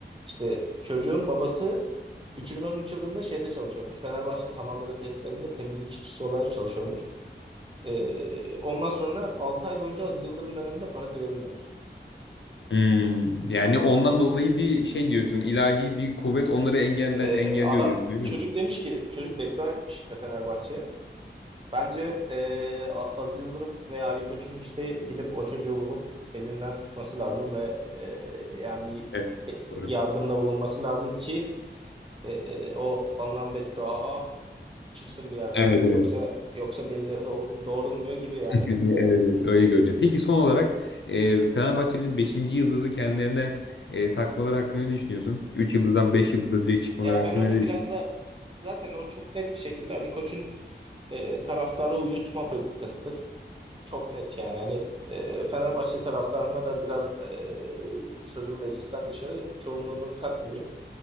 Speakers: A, on the right; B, on the left.
A: İşte çocuğun babası 2013 yılında şeyde çalışıyormuş. Fenerbahçe Samandıra tesislerinde temizlik işçisi olarak çalışıyormuş. Ee, ondan sonra 6 ay boyunca Aziz Yıldırım döneminde parası verilmemiş.
B: Hmm, yani ondan dolayı bir şey diyorsun ilahi bir kuvvet onları engelle,
A: Ee,
B: engelliyor
A: adam
B: diyorsun öyle
A: çocuk
B: mi?
A: demiş ki çocuk beddua etmiş işte Fenerbahçe'ye. Bence e, A- Aziz Yıldırım veya Ali Koç'un işte gidip o çocuğu bulup elinden tutması lazım ve e, yani
B: Evet,
A: bir e,
B: doğru.
A: yardımda bulunması lazım ki e, o alınan beddua çıksın bir yerden
B: Evet,
A: yani yoksa yoksa belleri de doğrulmuyor gibi yani.
B: görünüyor, evet, evet, öyle görünüyor. Peki son olarak e, Fenerbahçe'nin beşinci yıldızı kendilerine e, takmaları hakkında ne düşünüyorsun? 3 yıldızdan 5 yıldıza direkt çıkmaları
A: Ya
B: hakkında
A: ben onu
B: ne düşünüyorsun?
A: biraz da zaten o çok net bir şekilde Ali Koç'un e, taraftarı uyutma politikasıdır. Çok net yani hani e, Fenerbahçe taraftarına da biraz e, sözüm meclisten dışarı çoğunluğunu katmayayım.